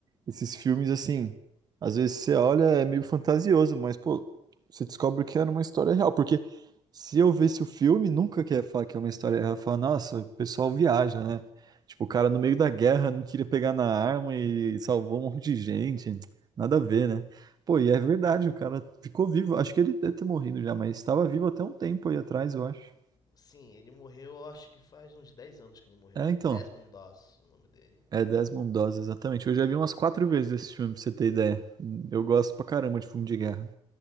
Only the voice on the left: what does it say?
Uhum.
Sim, ele morreu, eu acho que faz uns 10 anos que ele morreu.
Desmond Doss, o nome dele.